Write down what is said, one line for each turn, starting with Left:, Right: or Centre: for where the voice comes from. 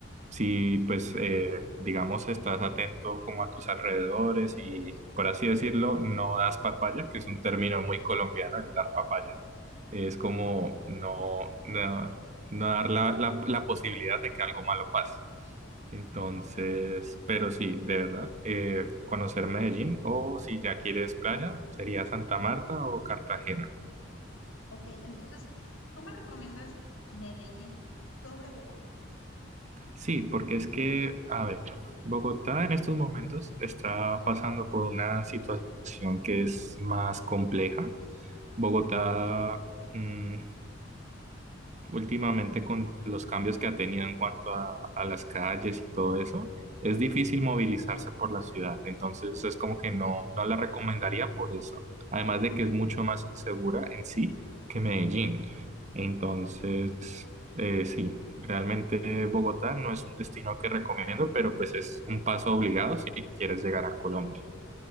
Right: si pues eh, digamos estás atento como a tus alrededores y por así decirlo, no das papaya, que es un término muy colombiano el dar papaya, es como no, no, no dar la, la la posibilidad de que algo malo pase. Entonces, pero sí, de verdad, eh, conocer Medellín o si ya quieres playa, sería Santa Marta o Cartagena.
Left: Ok, entonces, ¿tú me recomiendas Medellín sobre Bogotá?
Right: Sí, porque es que, a ver, Bogotá en estos momentos está pasando por una situación que es más compleja. Bogotá, mm, últimamente con los cambios que ha tenido en cuanto a, a las calles y todo eso, es difícil movilizarse por la ciudad. Entonces es como que no, no la recomendaría por eso. Además de que es mucho más insegura en sí que Medellín. Entonces, eh, sí, realmente Bogotá no es un destino que recomiendo, pero pues es un paso obligado si quieres llegar a Colombia.